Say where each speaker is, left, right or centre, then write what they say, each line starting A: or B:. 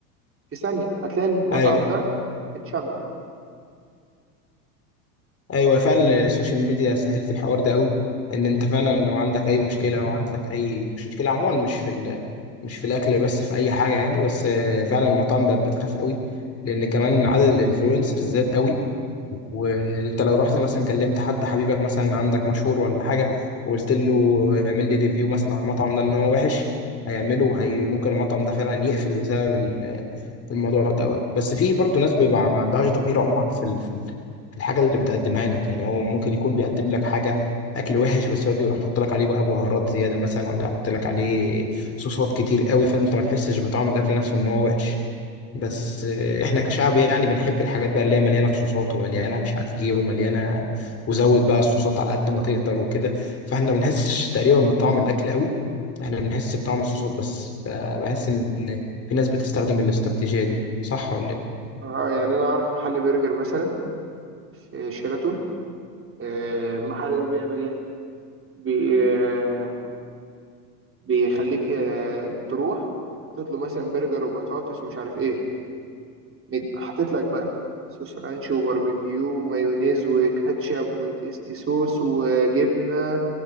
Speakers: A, on the right (about 25°); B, on the left (about 30°).
A: في ثانيه هتلاقي المطعم
B: ايوه
A: ده اتشمع
B: ايوه فعلا السوشيال ميديا سهل في الحوار ده قوي ان انت فعلا لو عندك اي مشكله او عندك اي مشكله عموما مش في ال... مش في الاكل بس في اي حاجه يعني بس آه، فعلا المطاعم بقت بتخاف قوي لان كمان عدد الانفلونسرز زاد قوي وانت لو رحت مثلا كلمت حد حبيبك مثلا عندك مشهور ولا حاجه وقلت له اعمل لي ريفيو مثلا على المطعم ده ان هو وحش هيعمله هي ممكن المطعم ده فعلا يقفل بسبب الموضوع دوت بس في برضه ناس بيبقى ما عندهاش ضمير عموما في ال- في ال- في الحاجه اللي بتقدمها لك يعني هو ممكن يكون بيقدم لك حاجه اكل وحش بس يقعد يحط لك عليه بقى بهارات زياده مثلا ولا يحط لك عليه صوصات كتير قوي فانت ما تحسش بطعم الاكل نفسه ان هو وحش بس
A: مم.
B: آه، احنا كشعب يعني بنحب الحاجات بقى اللي هي مليانه صوصات ومليانه مش عارف ايه ومليانه وزود بقى الصوصات على قد ما تقدر وكده فاحنا ما بنحسش تقريبا بطعم الاكل قوي احنا بنحس بطعم الصوصات بس فبحس ان في ناس بتستخدم الاستراتيجيه دي صح ولا
A: اه يعني انا اعرف محل برجر مثلا آه، شيراتون آه، المحل ده بيعمل ايه بي آه، بيخليك آه، تروح حاطط له مثلا برجر وبطاطس ومش عارف ايه مد- حاطط لك بقى صوص رانش وباربيكيو ومايونيز وكاتشب وتيستي صوص وجبنة